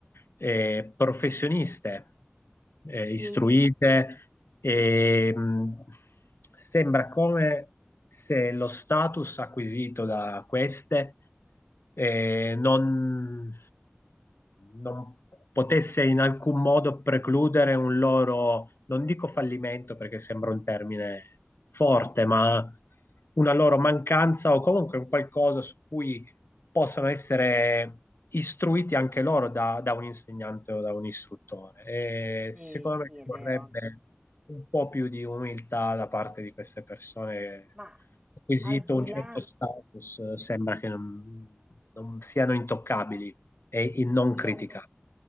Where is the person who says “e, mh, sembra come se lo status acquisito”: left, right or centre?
Left